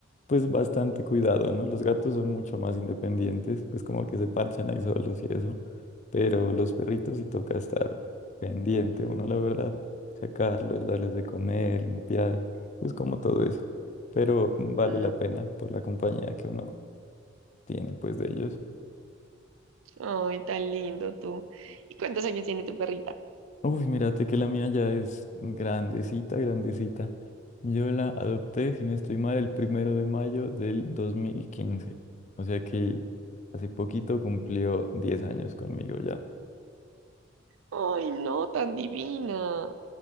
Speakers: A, on the left; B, on the right.
A: pues, bastante cuidado, ¿no? Los gatos son mucho más independientes, pues como que se parchan ahí solos y eso. Pero los perritos sí toca estar pendiente, uno, la verdad, sacarlos, darles de comer, limpiar, pues como todo eso. Pero vale
B: Mm,
A: la pena por la compañía que uno tiene, pues, de ellos.
B: Ay, tan lindo tú. ¿Y cuántos años tiene tu perrita?
A: Uy, mírate que la mía ya es grandecita, grandecita. Yo la adopté, si no estoy mal, el primero de mayo del 2015. O sea que hace poquito cumplió 10 años conmigo ya.
B: Ay, no, tan divina.